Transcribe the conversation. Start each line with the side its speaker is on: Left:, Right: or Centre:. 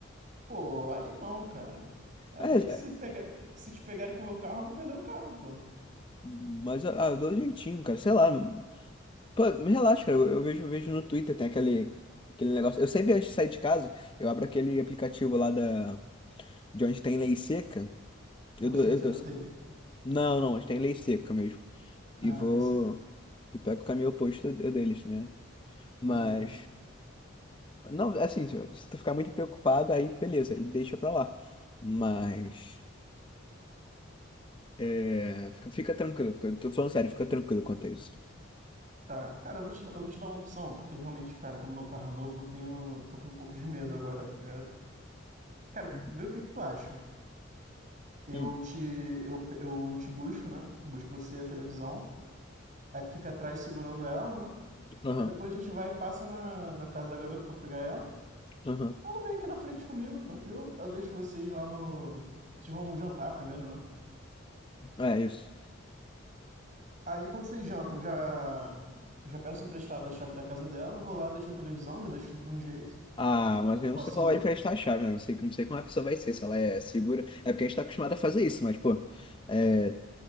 Right: Pô, aí não, cara. Aí
Left: Mas,
Right: se pegar, se te pegarem com o meu carro, eu vou perder o carro, pô.
Left: mas ah, eu dou um jeitinho, cara. Sei lá. Pô, relaxa, cara. Eu, eu vejo um vídeo no Twitter, tem aquele, aquele negócio. Eu sempre antes de sair de casa, eu abro aquele aplicativo lá da, de onde tem lei seca. Eu
Right: Onde
Left: dou,
Right: tem
Left: eu
Right: tiroteio?
Left: dou- não, não, onde tem lei seca mesmo. E
Right: Ah,
Left: vou.
Right: dei soco.
Left: E pego o caminho oposto de- deles, né? Mas.
Right: Entendi.
Left: Não, assim, se se tu ficar muito preocupado, aí beleza, aí deixa pra lá. Mas. É, fica, fica tranquilo, fica, tô falando sério, fica tranquilo quanto a isso.
Right: Tá, cara, eu vou te, dar- eu vou te dar uma opção, porque realmente, cara, como meu carro é novo, eu tenho, tô com um pouco de medo agora, tá ligado? Cara,
Left: Uhum.
Right: vê o que que tu acha. Eu
Left: Hum,
Right: te, eu, pe- eu te busco, né? Busco você e a televisão. Aí tu fica atrás segurando ela, né?
Left: Aham,
Right: Aí depois a gente vai e passa na, na casa da garota pra pegar ela.
Left: aham.
Right: Ela vem aqui na frente comigo, tranquilo. Eu deixo vocês lá no. Vocês vão jantar primeiro, né?
Left: É isso.
Right: Aí, enquanto vocês jantam, já, já peço emprestado a chave da casa dela, vou lá, deixo a televisão, já deixo tudo de um jeito.
Left: Ah, mas eu
Right: Posso.
Left: não sei lá vai emprestar a chave, né? Não sei, não sei como a pessoa vai ser, se ela é segura. É porque a gente tá acostumado a fazer isso, mas, pô, é,